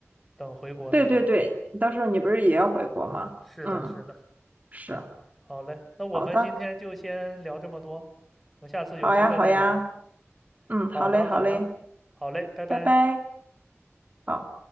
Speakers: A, in the centre; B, on the right.
A: 等回国的时候。
B: 对对对，到时候你不是也要回国吗？
A: 是的，
B: 嗯，
A: 是的。
B: 是，
A: 好嘞，那我们今天就先聊这么多，
B: 好的，
A: 我们下次有机会再聊。
B: 好呀，好呀，嗯，
A: 好的，
B: 好嘞，好嘞，
A: 好的，好嘞，拜拜。
B: 拜拜。好。